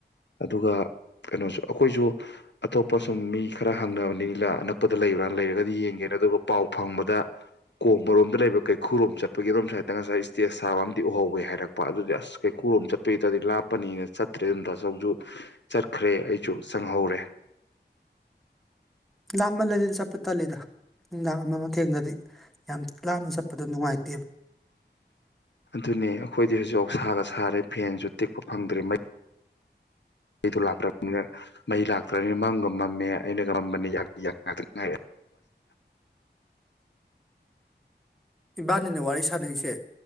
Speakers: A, on the left; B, in the centre.
A: ꯑꯗꯨꯒ ꯀꯩꯅꯣꯁꯨ ꯑꯩꯈꯣꯏꯁꯨ ꯑꯇꯣꯞꯄ ꯁꯨꯝ ꯃꯤ ꯈꯔ ꯍꯪꯅꯕꯅꯤ ꯂꯤꯂꯥꯅ ꯗ ꯂꯩꯕ꯭ꯔꯥꯅ ꯂꯩꯔꯒꯗꯤ ꯌꯦꯡꯒꯦꯅ ꯑꯗꯨꯒ ꯄꯥꯎ ꯐꯪꯕꯗ ꯀꯣꯡꯕꯔꯣꯝ ꯑꯝ ꯂꯩꯕ ꯀꯩꯈꯨꯔꯣꯝ ꯆꯠꯄꯒꯤ ꯑꯗꯨꯣꯝ ꯁꯥꯏꯠꯇ ꯉꯁꯥꯏ ꯏꯁꯇꯦꯖ ꯁꯥꯕ ꯑꯝ ꯎꯍꯧꯒꯦ ꯍꯥꯏꯔꯛꯄ ꯑꯗꯨꯗꯤ ꯑꯁ ꯀꯩꯈꯨꯔꯣꯝ ꯆꯠꯄꯒꯤꯗꯗꯤ ꯂꯥꯞꯄꯅꯤꯅ ꯆꯠꯇ꯭ꯔꯦ ꯑꯗꯨꯝ ꯇꯁꯧꯁꯨ ꯆꯠꯈ꯭ꯔꯦ ꯑꯩꯁꯨ ꯆꯪꯍꯧꯔꯦ
B: ꯂꯥꯞꯃꯜꯂꯗꯤꯗꯤ ꯆꯠꯄ ꯇꯠꯂꯤꯗ ꯅꯨꯡꯗꯥꯡ ꯑꯃ ꯃꯊꯦꯡꯗꯗꯤ ꯌꯥꯝ ꯂꯥꯞꯅ ꯆꯠꯄꯗꯣ ꯅꯨꯡꯉꯥꯏꯇꯦ
A: ꯑꯗꯨꯅꯤ ꯑꯩꯈꯣꯏꯗꯤ ꯍꯧꯖꯤꯛ ꯁꯥꯒ ꯁꯥꯔꯦ ꯐꯦꯟꯁꯨ ꯇꯦꯛꯄ ꯐꯪꯗ꯭ꯔꯦ ꯃꯩ ꯃꯩꯗꯣ ꯂꯥꯛꯇ꯭ꯔꯕꯅꯤꯅ ꯃꯩ ꯂꯥꯛꯇ꯭ꯔꯕꯅꯤꯅ ꯃꯝꯒ ꯃꯝꯃꯦ ꯑꯩꯅꯒ ꯃꯝꯕꯅꯤ ꯉꯉꯥꯏ
B: ꯏꯕꯥꯅꯤꯅ ꯋꯥꯔꯤ ꯁꯥꯟꯅꯁꯦ